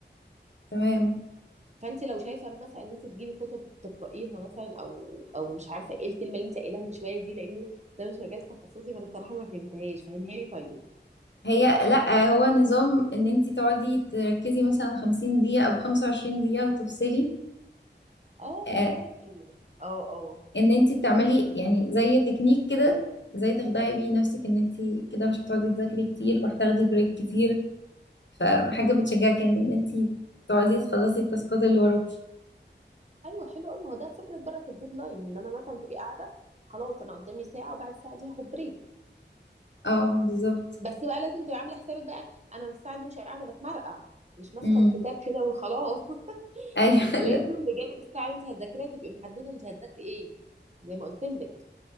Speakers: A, on the left; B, on the right.
A: تمام
B: فانت لو شايفه مثلا ان انت تجيبي كتب تقرايها مثلا او او مش عارفه ايه الكلمه اللي انت قايلها من شويه دي لان ده مش مجال تخصصي فانا الصراحه ما فهمتهاش فهميها لي طيب
A: هي لا هو نظام ان انت تقعدي تركزي مثلا 50 دقيقة او 25 دقيقة وتفصلي
B: اه فهماكي
A: آه،
B: اه اه
A: ان انت تعملي يعني زي تكنيك كده زي تخدعي بيه نفسك ان انت كده مش هتقعدي تذاكري كتير وهتاخدي بريك كتير فحاجة بتشجعك يعني ان انت تقعدي تخلصي التاسكات اللي وراكي
B: ايوه حلو قوي ما هو ده فكره برك الديدلاين ان انا مثلا تبقي قاعده خلاص انا قدامي ساعه وبعد الساعه دي هاخد بريك
A: اه بالظبط
B: بس بقى لازم تبقي عامله حسابك بقى انا الساعه دي مش قاعده بتمرقع مش ماسكه
A: امم
B: الكتاب كده وخلاص
A: ايوه
B: انت لازم
A: <laughs> لا.
B: بجانب الساعه اللي انت هتذاكريها تبقي محدده انت هتذاكري ايه زي ما قلت لك